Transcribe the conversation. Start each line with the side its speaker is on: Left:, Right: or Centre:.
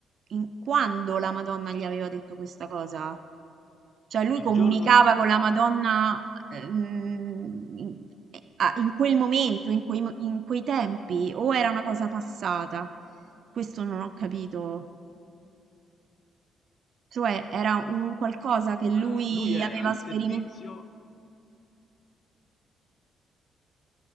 Right: in- quando la Madonna gli aveva detto questa cosa? Cioè lui
Left: il
Right: comunicava
Left: giorno, s-
Right: con la Madonna ehm, in a- in quel momento, in quei, mo- in quei tempi, o era una cosa passata? Questo non ho capito. Cioè era un qualcosa che
Left: eh,
Right: lui
Left: lui era
Right: aveva
Left: in
Right: sperimentato.
Left: servizio